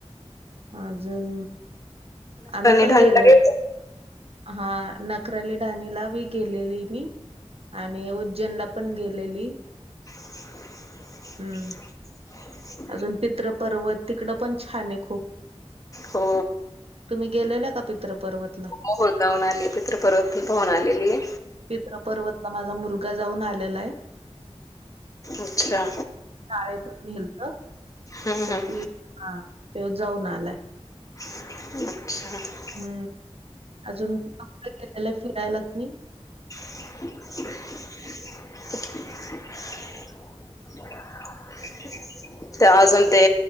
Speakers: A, on the right; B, on the left.
A: अजून, आमी पण
B: ढाणीला
A: गेलो.
B: गेलते?
A: हा नखराली राणीला बी गेलेली मी आणि उज्जैनलाप् पण गेलेली.
B: <unintelligible>
A: हम्म.
B: ह
A: अजून पित्रपर्वत तिकडं पण छाने खूप.
B: हो.
A: तुमी गेलेला का पित्रपर्वतला?
B: मोहोळ जाऊन आली, पित्रपर्वत पण पाहून आलेली आहे.
A: पित्र पर्वतला माझा मुलगा जाऊन आलेलाय.
B: अच्छा,
A: शाळेतून नेलत
B: हं हं
A: तर
B: हं.
A: ती हा त्यो जाऊन आलाय.
B: अच्छा.
A: हम्म, अजून कुठं कुठं गेलेलं फिरायला तुमी?
B: <inaudible> <inaudible> त अजून ते